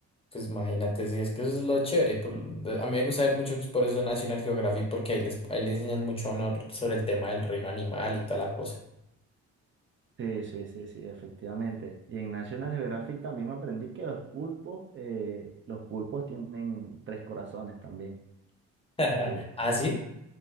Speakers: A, on the left; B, on the right.
A: Pues imagínate, si es que eso es lo chévere. por- de- a mí me gusta ver mucho, pues, por eso National Geographic, porque ahí les, ahí le enseñan mucho a uno r- sobre el tema del reino animal y toda la cosa.
B: sí, sí, sí, sí, efectivamente. Y en National Geographic también aprendí que los pulpos, eh, los pulpos tienen tres corazones también.
A: <laughs>
B: Sí,
A: ¿Ah, sí?